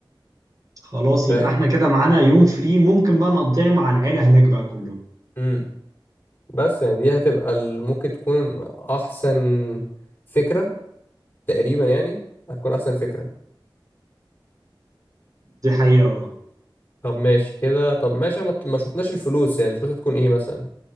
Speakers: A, on the right; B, on the left.
A: خلاص
B: فاهم
A: يبقى احنا كده معانا يوم فري ممكن بقى نقضيه مع العيلة هناك بقى كله
B: امم بس يعني دي هتبقى ال- ممكن تكون احسن فكره تقريبا يعني هتكون احسن فكره
A: دي حقيقة اه
B: طب ماشي كده طب ماشي ما ما شفناش الفلوس يعني الفلوس هتكون ايه مثلا